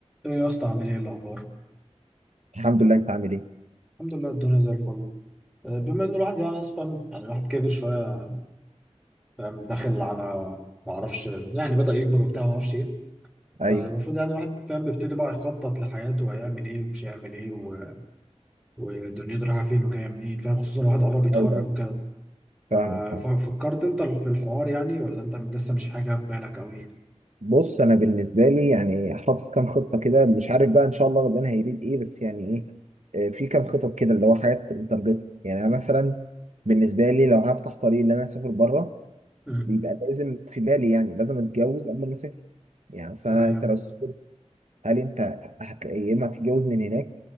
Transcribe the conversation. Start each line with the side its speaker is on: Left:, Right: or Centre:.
Centre: ايه يا اسطى عامل ايه الاخبار
Right: الحمد لله انت عامل ايه
Centre: الحمد لله الدنيا زي الفل آه، بما ان الواحد يعني ناس فاهم يعني الواحد كبر شويه فاهم داخل على ما اعرفش يعني بدأ يكبر وبتاع ما اعرفش ايه
Right: ايوه
Centre: فالمفروض يعني الواحد فاهم بيبتدي بقى يخطط لحياته وهيعمل ايه ومش هيعمل ايه و... ودنيته رايحه فين وجايه منين فاهم خصوصا الواحد قرب يتخرج
Right: ايوه أيوة.
Centre: وكده
Right: فاهمك
Centre: ف...
Right: فاهم
Centre: ففكرت انت في الحوار يعني ولا انت لسه مش حاجه في بالك قوي
Right: بص انا بالنسبه لي يعني حاطط كام خطه كده مش عارف بقى ان شاء الله ربنا هيريد ايه بس يعني ايه آه، في كام خطط كده اللي هو حاجات متارجته يعني انا مثلا بالنسبه لي لو هفتح طريق ان انا اسافر بره
Centre: مم.
Right: بيبقى لازم في بالي يعني لازم اتجوز قبل ما اسافر يعني اصل
Centre: تمام
Right: أنا- انت لو سافرت هل انت هت... يا اما هتتجوز من هناك